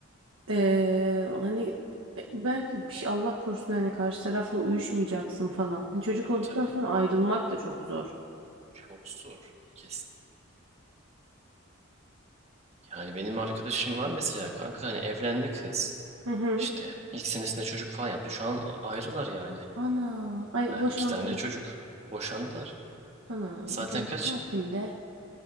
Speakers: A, on the right; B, on the right.
A: eee, hani e, belki bir şey Allah korusun hani karşı tarafla uyuşmayacaksın falan. Hani çocuk
B: Tabii
A: olduktan
B: tabii.
A: sonra ayrılmak da çok zor.
B: Çok zor. Kesin. Yani benim arkadaşım var mesela kanka hani evlendi kız.
A: Hı hı.
B: İşte ilk senesinde çocuk falan yaptı. Şu an ayrılar yani.
A: Ana. Ay
B: Heh,
A: boşandım.
B: iki tane çocuk. Boşandılar.
A: Anam
B: Zaten
A: çocuklar
B: kaç
A: kimde?